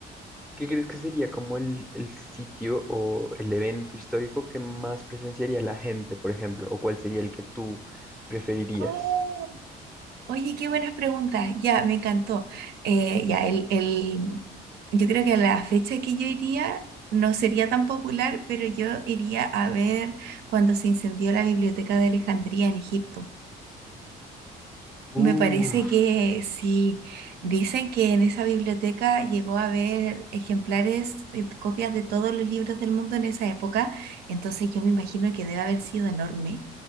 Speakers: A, in the centre; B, on the right.
A: ¿Qué crees que sería como el, el sitio o el evento histórico que más presenciaría la gente, por ejemplo? ¿O cuál sería el que tú preferirías?
B: Oh, Oye, qué buenas preguntas. Ya, me encantó. Eh, ya, el, el, yo creo que a la fecha que yo iría no sería tan popular, pero yo iría a ver cuando se incendió la biblioteca de Alejandría en Egipto.
A: Uf,
B: Me parece que sí. Dicen que en esa biblioteca llegó a haber ejemplares, eh, copias de todos los libros del mundo en esa época. Entonces yo me imagino que debe haber sido enorme.